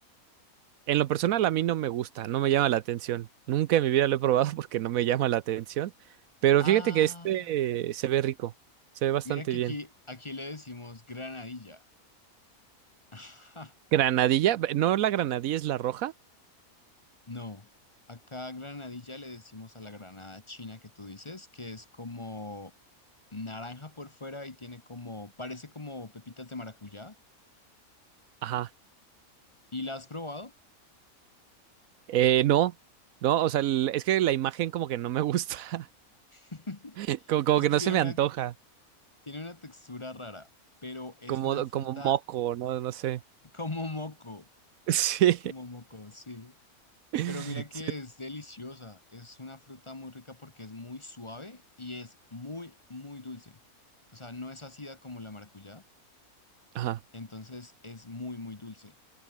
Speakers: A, on the right (about 75°); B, on the left (about 20°).
A: En lo personal a mí no me gusta, no me llama la atención. Nunca en mi vida lo he probado <laughs> porque no me llama la atención, pero
B: Ah,
A: fíjate que este se ve rico, se ve bastante
B: mira que
A: bien.
B: aquí, aquí le decimos granadilla. <laughs>
A: Granadilla, no la granadilla es la roja.
B: No, acá granadilla le decimos a la granada china que tú dices, que es como naranja por fuera y tiene como, parece como pepitas de maracuyá.
A: Ajá.
B: ¿Y la has probado?
A: Eh, no, no, o sea, el- es que la imagen como que no me gusta,
B: <laughs>
A: <laughs> como, como
B: Es
A: que
B: que
A: no
B: tiene
A: se me
B: una,
A: antoja,
B: tiene una textura rara, pero es
A: como,
B: una fruta
A: como moco, no, no sé. <laughs>
B: como moco.
A: Sí.
B: Como moco, sí.
A: Sí.
B: Pero mira que es deliciosa. Es una fruta muy rica porque es muy suave y es muy, muy dulce. O sea, no es ácida como la maracuyá.
A: Ajá.
B: Entonces es muy, muy dulce